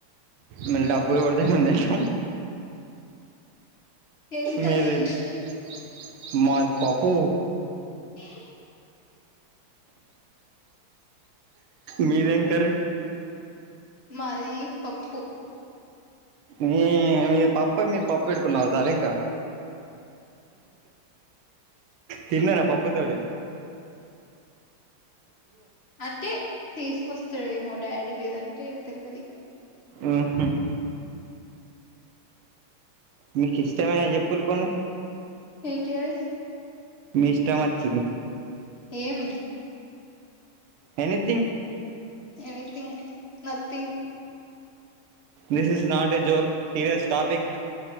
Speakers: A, on the right; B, on the left.
A: మీరు డబ్బులు కొడితే మేం తింటాం
B: ఏం కర్రీ
A: మీరు తీ
B: ఈరోజు
A: మాది పపు
B: ఏ
A: మీదేం కర్రీ
B: మాది పప్పు
A: మీ మీ పప్ప మీరు పప్పు పెట్కునీ నావుతారు ఇంకా తిన్నార పప్పు తోటి
B: ఒకే తీసుకొస్తాడు ఏమో డాడీ లేదంటే తెలియదు ఇక
A: ఊ హ్మ్ మీకు ఇష్టమైనయి చెప్పులు కొన్ని
B: ఏంటియి
A: మీకు ఇస్తమచింది
B: ఏం
A: anything
B: anything nothing
A: this is not a joke serious topic